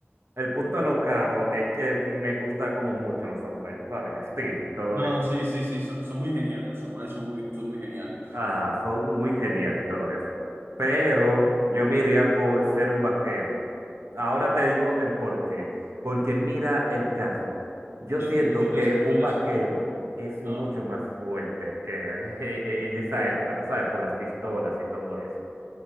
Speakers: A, on the right; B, on the right.
A: El punto alocado es que me gusta como mucho los samuráis, tú sabes, el estilo y todo
B: No,
A: eso.
B: sí, sí, sí, son, son muy geniales, los samuráis son muy, son muy geniales.
A: Ah, son muy geniales y todo eso. Pero yo me iría por ser un vaquero. Ahora te digo el por qué. Porque mira el caso. Yo
B: Te
A: siento
B: escucho, te
A: que
B: escucho,
A: un
B: te
A: vaquero
B: escucho.
A: es
B: Ah,
A: mucho más fuerte que <laughs> en esa época, tú sabes, por las pistolas y todo eso.